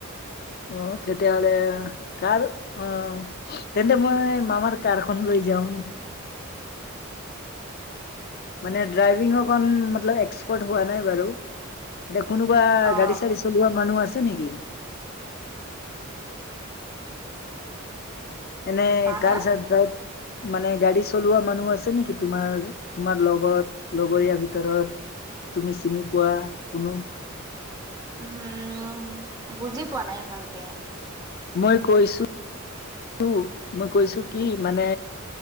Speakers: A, on the left; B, on the right.
A: অ তেতিয়াহলে কাৰ অ তেন্তে মই মামাৰ কাৰখন লৈ যাম। মানে ড্ৰাইভিং অকন মতলব এক্সপাৰ্ট হোৱা নাই বাৰু এ কোনোবা
B: অ
A: গাড়ী-চাড়ী চলোৱা মানুহ আছে নেকি? এনে
B: হা
A: কাৰ-চাৰ
B: হা
A: ড্ৰাইভ মানে গাড়ী চলোৱা মানুহ আছে নেকি তোমাৰ তোমাৰ লগত লগৰীয়া ভিতৰত তুমি চিনি পোৱা কোনো
B: হুম বুজি পোৱা নাই ভালকে।
A: মই কৈছো মই কৈছো কি মানে